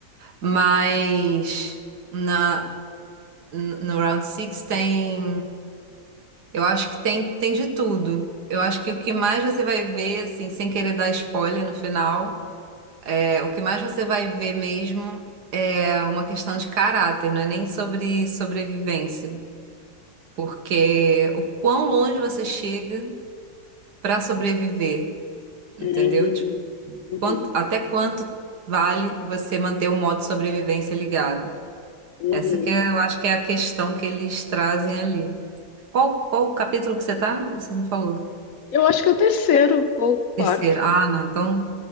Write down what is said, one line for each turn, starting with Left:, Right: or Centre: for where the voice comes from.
Right: Mas na, n- no Round six tem, eu acho que tem, tem de tudo. Eu acho que o que mais você vai ver, assim, sem querer dar spoiler no final, é, o que mais você vai ver mesmo é uma questão de caráter, não é nem sobre sobrevivência. Porque o quão longe você chega para sobreviver, entendeu?
Left: Hum,
Right: Tipo,
Left: uhum,
Right: quanto- até quanto vale você manter o modo sobrevivência ligado?
Left: uhum.
Right: Essa que é, eu acho que é a questão que eles trazem ali. Qual, qual o capítulo que você tá? Você não falou.
Left: Eu acho que é o terceiro ou o quarto.
Right: Terceiro. Ah, não. Então